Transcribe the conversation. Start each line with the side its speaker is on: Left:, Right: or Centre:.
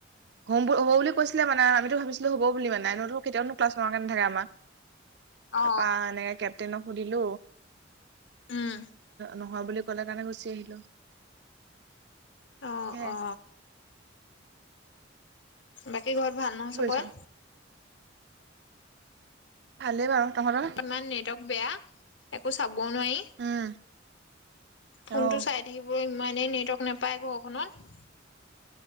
Right: হম হ'ব বুলি কৈছিলে মানে আমিত ভাবছিলো হ'ব বুলি মানে এনেইটো কেতিয়াওনো ক্লাছ নোহোৱাকৈ নাথাকে আমাৰ। তাৰপা
Left: অ
Right: এনেকে কেপটেইনক সুধিলো
Left: উম
Right: নহয় বুলি কলে কাৰণে গুচি আহিলো
Left: অ
Right: সেয়াই,
Left: অ বাকী ঘৰত ভাল নহয়
Right: কি
Left: চবৰে
Right: কৰিছ? ভালে বাৰু তহঁতৰ?
Left: ইমান নেটৱৰ্ক বেয়া, একো চাবও নোৱাৰি
Right: উম, অ।
Left: ফোনটো চাই থাকিব ইমানেই নেটৱৰ্ক নাপায় ঘৰখনত